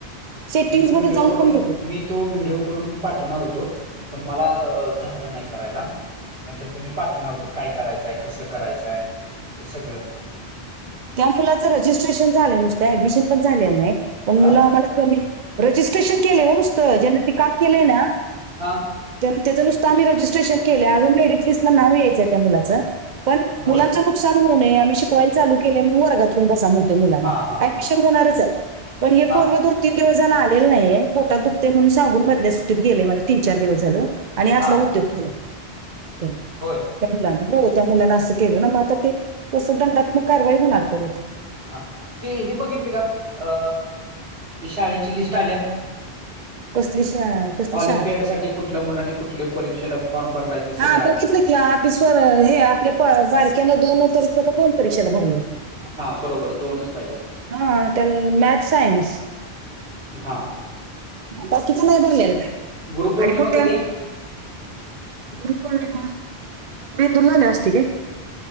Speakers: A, on the right (about 50°); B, on the right (about 70°).
A: सेटिंग्स
B: मी तो
A: मध्ये
B: व्हिडिओ
A: जाऊन
B: करून
A: पण लगेल.
B: मी तो व्हिडिओ करून पाठवणार होतो पण मला झालं नाही करायला. नाहीतर ते मी पाठवणार होतो काय करायचंय कसं करायचंय ते सगळं.
A: त्या मुलाचं रजिस्ट्रेशन झालं नुसत ऍडमिशन पण झालेलं नाही पण
B: हा
A: मुलं आम्हाला कमी रजिस्ट्रेशन केलं हो नुसतं ज्यांना ते काम केलंय ना.
B: हा.
A: तेन तेज नुसता आम्ही रजिस्ट्रेशन केलं अजून मेरिटलिस्ट ला नाव यायचंय त्या मुलाचं. पण
B: होय
A: मुलांचं नुकसान होऊ नये आम्ही शिकवायला चालू केले म्हणून वर्गात येउन बसा म्हन मुलांना
B: हा हा
A: ऍडमिशन
B: हा
A: होणारचाय पण हे
B: हा
A: पोर दोन तीन दिवस झालं आलेला नाहीए. पोटात दुखते म्हणून सांगून मधल्या सुट्टीत गेलेयं मला तीन, चार दिवस झालं. आणि असला
B: हा
A: उद्योग केलाय तेनं.
B: होय.
A: त्या मुलांना हो त्या मुलांना असं केलं ना म आता ते कसं दंडात्मक कारवाई होणार परत.
B: हा ते हे बघितले का अ ते शाळेची लिस्ट आल्या.
A: कसली? शा कसली
B: ऑलंम्पियाडसाठी
A: शाळा
B: कुठल्या मुलांनी कुठल्या परीक्षेला फॉर्म भरलाय. ते सगळं
A: हा
B: आलंय
A: बघितलं की आपिसवर हे आपल्या बारक्यानं दोन परीक्षा तर दोन परीक्षेला भरलय.
B: हा बरोबर दोनच पाहिजेत
A: हा. त्याल मॅथ्स, सायन्स.
B: हा
A: बाकीच नाही भरलेला काय
B: गुरुपौर्णिमा
A: आणि मोठ्या
B: कधी आहे
A: गुरपौर्णिमा, बेंदुर आल्यावर असती काय?